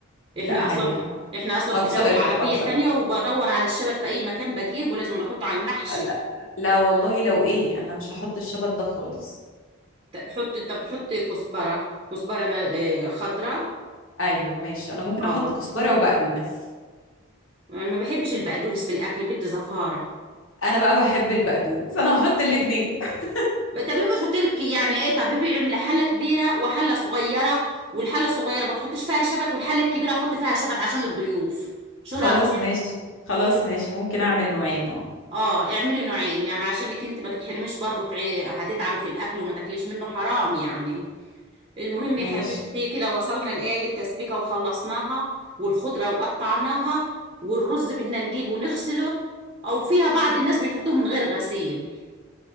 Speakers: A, on the left (about 70°); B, on the right (about 25°).
A: لا
B: احنا اصلا
A: هي
B: احنا اصلا
A: هتصرف
B: في دولة عربية
A: هتصرف
B: تانية وبدور على الشبت في اي مكان بجيبه لازم احطه على المحشي
A: لا لا والله لو ايه انا مش هحط الشبت ده خالص
B: ت- حط طب تحط كزبرة كزبرة أنا- آه، خضرة
A: ايوه ماشي انا ممكن
B: اه
A: احط كزبره وبقدونس
B: انا ما بحبش البقدونس في الاكل بدي زفارة
A: انا بقى بحب البقدونس انا هحط الاتنين <laughs>
B: طب بيحط لك يعني ايه طب بيعمل حلة كبيرة وحلة صغيرة والحلة الصغيرة ما تحطش فيها شبت والحلة الكبيرة حط فيها شبت عشان الضيوف شو
A: خلاص
B: رأيك
A: ماشي خلاص ماشي ممكن اعمل نوعين اه
B: اه اعملي نوعين يعني عشانك انت ما تتحرميش برضه تعي- هتتعبي في الاكل وما تاكليش منه حرام يعني المهم
A: ماشي
B: يا حبيبتي كده وصلنا لإيه للتسبيكة وخلصناها والخضرة وقطعناها والرز بدنا نجيبه ونغسله أو فيها بعض الناس بيحطوه من غير غسيل